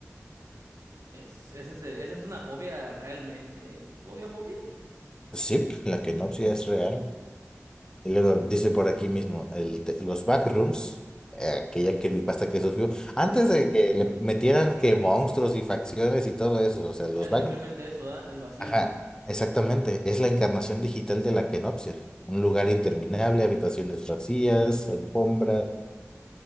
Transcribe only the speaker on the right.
Es, ese es- esa es una fobia realmente, fobia, fobia.
Ujú.
Era
simplemente eso, ¿ah? El vacío.